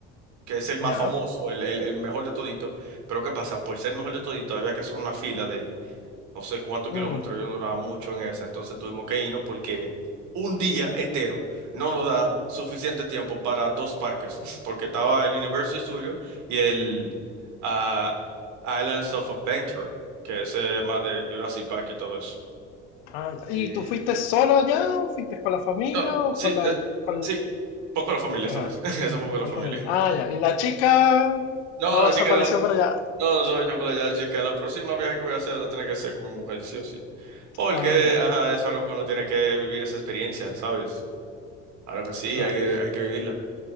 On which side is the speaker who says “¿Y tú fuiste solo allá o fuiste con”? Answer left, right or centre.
Left